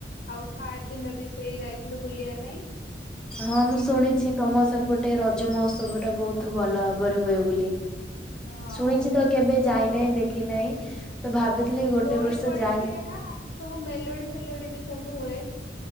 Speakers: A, on the left; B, in the centre.
A: ଆଉ ଥାର୍ଡ ଦିନ ବି ସେଇ ଯାଇଥିଲୁ ବୁଲିବା ପାଇଁ
B: ହଁ ମୁଁ ଶୁଣିଛି ତମ ସେପଟେ ରଜ ମହୋତ୍ସବ ଟା ବହୁତ ଭଲ ଭାବରେ ହୁଏ ବୋଲି।
A: ହଁ
B: ଶୁଣିଛି ତ କେବେ
A: ଦୋଳି
B: ଯାଇନାହିଁ ଦେଖି ନାହିଁ ତ ଭାବିଥିଲି ଗୋଟେ
A: ଦୋଳି
B: ବର୍ଷ
A: ପଡେ
B: ଯାଏ।
A: ମେଳା ସବୁ ମେଲୋଡି ଫେଲୋଡି ବି ସବୁ ହୁଏ।